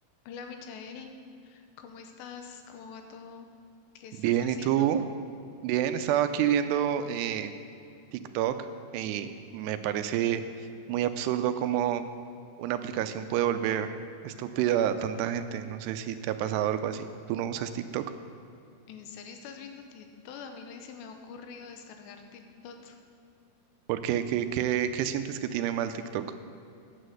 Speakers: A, on the left; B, on the right.
A: Hola Michael, ¿cómo estás? ¿Cómo va todo? ¿Qué estás
B: Bien,
A: haciendo?
B: ¿y tú? Bien, estaba aquí viendo eh, TikTok y me parece muy absurdo cómo una aplicación puede volver estúpida a tanta gente. No sé si te ha pasado algo así. ¿Tú no usas TikTok?
A: ¿En serio estás viendo TikTok? A mí ni se me ha ocurrido descargar TikTok.
B: ¿Por qué? ¿Qué, qué- qué sientes que tiene mal TikTok?